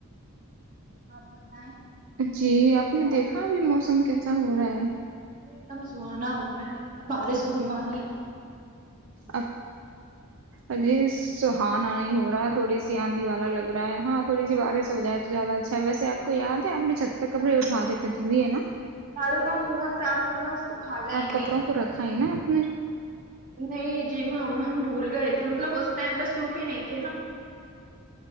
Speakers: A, on the right; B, on the right.
A: آپ بتائیں
B: جی آپ نے دیکھا ابھی موسم کیسا ہو رہا ہے
A: ایک دم سہانا ہو رہا ہے لوگ باریں س ہونے والی ہے
B: اب اجے سہانا نہیں ہو رہا تھوڑی سی آندھی والا لگ رہا ہاں تھوڑی سی بار سے ہو جائے تو زیادہ اچھا ہے ویسے آپ کو یاد ہے آپ نے چھت پہ کپڑے اٹھا دے کے د ہے نا
A: جھاڑو کا منہ مت صاف کرنا اس <unintelligible>
B: آپ کپڑوں
A: گے
B: کو رکھائیں نا اپنے
A: نہیں جی ہم ہم بھول گئے تھے مطلب اس ٹائم پہ سوکھے نہیں تھے نا